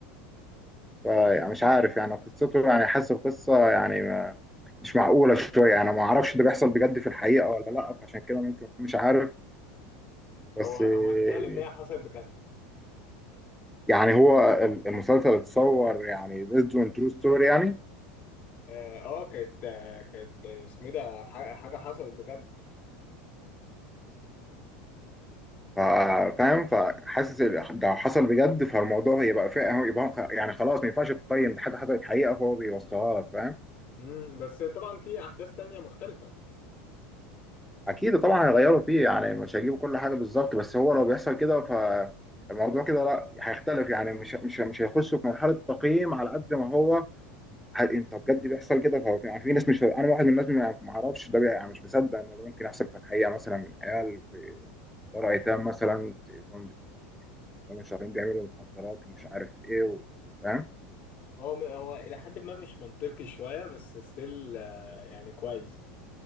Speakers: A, in the centre; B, on the left.
A: فيعني مش عارف يعني قصته يعني حاسس القصه يعني ما مش معقوله شويه انا ما اعرفش ده بيحصل بجد في الحقيقه ولا لا فعشان كده ممكن أكون مش عارف بس
B: هو هو
A: آه،
B: اتقال ان هي حصلت بجد
A: يعني هو ال- المسلسل اتصور يعني based on true story يعني
B: اه آه، كانت آه، كانت آه، اسمه إيه ده ح- حاجه حصلت بجد
A: فا- فاهم فحاسس ال- ده حصل بجد فالموضوع هيبقى فيه يبقى يعني خلاص ما ينفعش تقيم ده حاجه حصلت حقيقه فهو بيوصلها لك فاهم
B: امم بس طبعا في احداث تانية مختلفة
A: اكيد طبعا هيغيروا فيه يعني مش هيجيبوا كل حاجه بالظبط بس هو لو بيحصل كده فالموضوع كده لا هيختلف يعني مش مش مش هيخشوا في مرحله تقييم على قد ما هو ه- انت بجد بيحصل كده فهو في, يعني في ناس مش انا واحد من الناس ما ما اعرفش ده بي- يعني مش مصدق ان ده ممكن يحصل في الحقيقه مثلا عيال في دار ايتام مثلا تكون بتكون شهرين بيعملوا مخدرات ومش عارف ايه و... فاهم
B: هو هو إلى حد ما مش منطقي شوية بس ستيل يعني كويس